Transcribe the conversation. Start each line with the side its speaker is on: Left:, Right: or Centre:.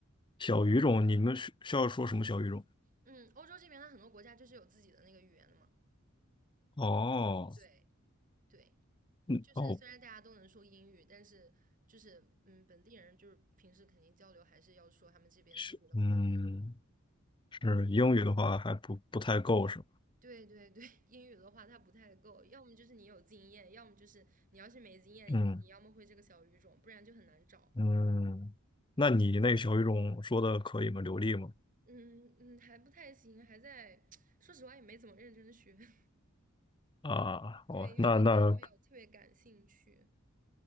Left: 小语种，你们需需要说什么小语种？
Right: 嗯，欧洲这边它很多国家就是有自己的那个语言的嘛。
Left: 哦，
Right: 对对，
Left: 嗯，
Right: 就是虽然大家都能说英语，
Left: 哦，
Right: 但是就是嗯，本地人就是平时肯定交流还是要说他们这边自己的母语。
Left: 是嗯，是英语的话还不不太够是吧？
Right: 对对对，<laughs> 英语的话它不太够，要么就是你有经验，要么就是你要是没经验，你你要么会这个小语种，
Left: 嗯
Right: 不然就很难找。
Left: 嗯，那你那个小语种说的可以吗？流利吗？
Right: 嗯嗯，还不太行，还在，<tsk> 说实话也没怎么认真学。<laughs>
Left: 啊，哦，
Right: 对，因为对它没有特别感兴趣。
Left: 那那